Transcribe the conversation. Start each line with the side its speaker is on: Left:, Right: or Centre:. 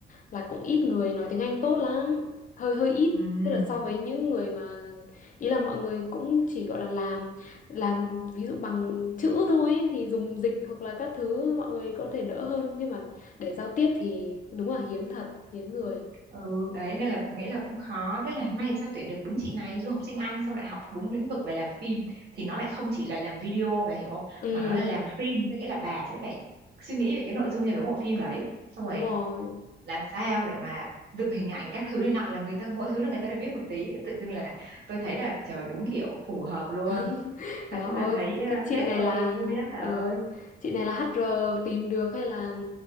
Left: là cũng ít người nói tiếng Anh tốt lắm hơi hơi ít
Right: ừ
Left: tức là so với những người mà ý là mọi người cũng chỉ gọi là làm làm ví dụ bằng chữ thôi ấy, thì dùng dịch hoặc là các thứ mọi người có thể đỡ hơn nhưng mà để giao tiếp thì đúng là hiếm thật hiếm người
Right: Ừ, đấy nên là nghĩa là cũng khó. Thế là may làm sao tuyển được đúng chị này du học sinh Anh xong lại học đúng lĩnh vực về làm phim thì nó lại không chỉ là làm video bà hiểu không
Left: ừ
Right: mà nó là làm phim tức nghĩa là bà sẽ phải suy nghĩ về cái nội dung cho cái bộ phim đấy xong
Left: đúng
Right: rồi
Left: rồi
Right: làm sao để mà dựng hình ảnh các thứ này nọ là người ta mỗi thứ là người ta đều biết một tí tự dưng là tôi thấy là trời đúng kiểu phù hợp luôn
Left: <laughs>
Right: nói
Left: Trời
Right: chung là
Left: ơi,
Right: thấy à,
Left: cái chị
Right: sếp
Left: này
Right: tôi
Left: là
Right: vui lắm bà
Left: ờ,
Right: ơi
Left: chị này là hát HR tìm được hay là